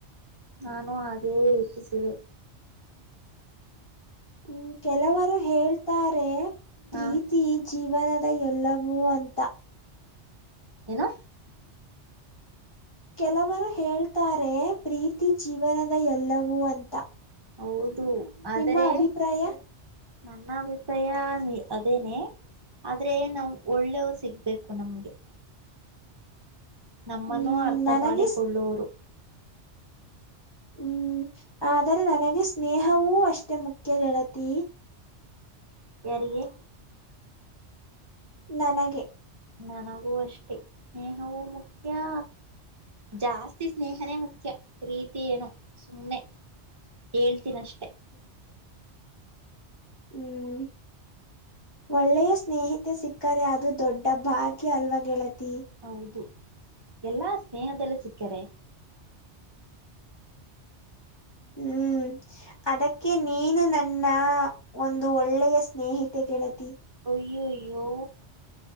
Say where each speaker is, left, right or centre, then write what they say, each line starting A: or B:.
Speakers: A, on the right; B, on the left.
A: ನಾನು ಹಾಗೇಯೆ ಯೋಚಿಸುವೆ.
B: ಹ್ಮ್ ಕೆಲವರು ಹೇಳ್ತಾರೆ ಪ್ರೀತಿ
A: ಹಾ
B: ತಿ ಜೀವನದ ಎಲ್ಲವೂ ಅಂತ.
A: ಏನು.
B: ಕೆಲವರು ಹೇಳ್ತಾರೆ ಪ್ರೀತಿ ಜೀವನದ ಎಲ್ಲವೂ ಅಂತ.
A: ಹೌದು ಆದರೆ
B: ನಿಮ್ಮ ಅಭಿಪ್ರಾಯ
A: ನನ್ನಭಿ ಪ್ರಾಯ ಅದೇನೇ ಆದ್ರೆ ನಾವ್ ಒಳ್ಳೇವ್ರ ಸಿಗ್ಬೇಕು ನಮ್ಗೆ. ನಮ್ಮನ್ನು
B: ಹ್ಮ್
A: ಅರ್ಥ
B: ನನಗೆ
A: ಮಾಡಿಕೊಳ್ಳೋರು.
B: ಸ್- ಹ್ಮ್ ಆದರೆ ನನಗೆ ಸ್ನೇಹವೂ ಅಷ್ಟೇ ಮುಖ್ಯ ಗೆಳತಿ.
A: ಯಾರಿಗೆ.
B: ನನಗೆ.
A: ನನಗೂ ಅಷ್ಟೆ ಸ್ನೇಹವೂ ಮುಖ್ಯಾ ಜಾಸ್ತಿ ಸ್ನೇಹನೇ ಮುಖ್ಯ ಪ್ರೀತಿ ಏನು ಸುಮ್ಮ್ನೆ. ಹೇಳ್ತೀನಷ್ಟೇ.
B: <unintelligible> ಹ್ಮ್. ಒಳ್ಳೆಯ ಸ್ನೇಹಿತೆ ಸಿಕ್ಕರೆ ಅದು ದೊಡ್ಡ ಭಾಗ್ಯ ಅಲ್ವ ಗೆಳತಿ.
A: ಹೌದು ಎಲ್ಲಾ ಸ್ನೇಹದಲ್ಲ ಸಿಕ್ಕರೆ.
B: ಹ್ಮ್ ಅದಕ್ಕೆ ನೀನು ನನ್ನ ಒಂದು ಒಳ್ಳೆಯ ಸ್ನೇಹಿತೆ ಗೆಳತಿ.
A: ಅಯ್ಯಯ್ಯೋ